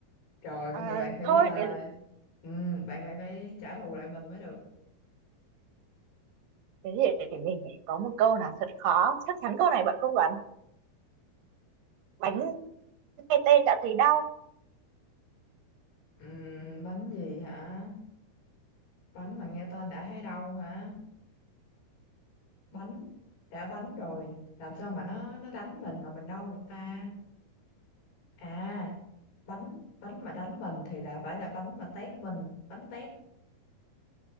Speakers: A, on the left (about 85°); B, on the right (about 85°).
A: rồi bây
B: À,
A: giờ bạn phải
B: thôi,
A: à,
B: để,
A: ừ, bạn phải phải trả thù lại mình mới được
B: thế thì để mình phải có một câu nào thật khó. Chắc chắn câu này bạn không đoán. Bánh nghe tên đã thấy đau.
A: ừ, bánh gì hả bánh mà nghe tên đã thấy đau hả bánh đã bánh rồi làm sao mà nó nó đánh mình mà mình đau được ta à bánh bánh mà đánh mình thì là phải là bánh mà tét mình bánh tét